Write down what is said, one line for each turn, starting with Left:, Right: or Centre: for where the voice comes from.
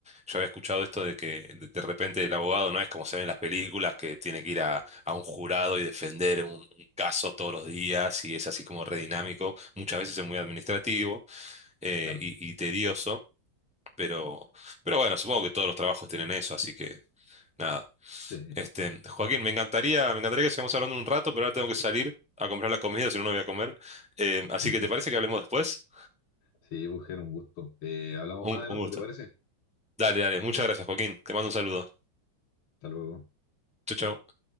Centre: yo había escuchado esto de que de, de repente el abogado no es como se ve en las películas, que tiene que ir a, a un jurado y defender un, un caso todos los días y es así como re dinámico, muchas veces es muy administrativo eh,
Left: Claro.
Centre: y, y tedioso, pero, pero bueno, supongo que todos los trabajos tienen eso, así que nada.
Left: Sí,
Centre: Este, Joaquín, me encantaría, me encantaría que sigamos hablando un rato, pero ahora tengo que salir a comprar la comida, si no, no voy a comer. Eh, así
Left: <laughs>
Centre: que, ¿te parece que hablemos después?
Left: sí, mujer, un gusto. Eh, hablamos
Centre: Un,
Left: más adelante,
Centre: un gusto.
Left: ¿te parece?
Centre: Dale, dale. Muchas gracias, Joaquín. Te mando un saludo.
Left: Hasta luego.
Centre: Chau, chau.